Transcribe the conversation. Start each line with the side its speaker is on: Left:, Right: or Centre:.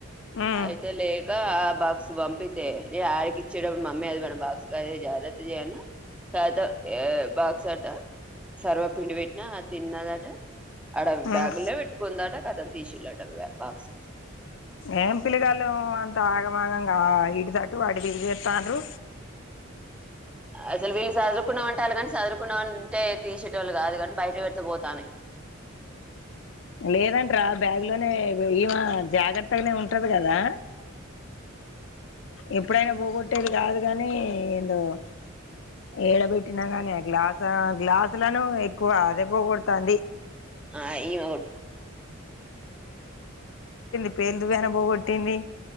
Left: ఉమ్
Centre: అయితే లేక బాక్స్ పంపితే ఆడికి ఇచ్చేటప్పుడు మమ్మీ అది మన బాక్స్ద జాగ్రత్త చేయను తర్వాత బాక్స్ అట్ట సర్వపిండి పెట్టి నా తిన్నదట అడ
Left: ఉమ్
Centre: బ్యాగులే పెట్టుకుందాట కద తీసుండు ఆట బాక్స్
Left: ఏం పిల్లగాండ్లొ ఏమో అంత ఆగమాగంగా ఆ ఈ దాటు ఆడు తిరిగి వత్తండ్రు
Centre: అసలు వీళ్ళ చదువు కున్నాం అంటలు కాని చదువుకున్నాంటే తీసేటోల్లు కాదు కానీ బయట పెడితే పోతాను
Left: లేదంటరా బ్యాగ్ లోనే ఈమా జాగ్రత్తగానే ఉంటది కదా ఎప్పుడైనా పోగొట్టేది కాదు కానీ ఏందో ఏడబెట్టినా గాని గ్లాస్ గ్లాసు లను ఎక్కువ అదే పోగడతంది.
Centre: ఆ ఈ హు
Left: పెన్లు దువ్వెన పోగొట్టింది.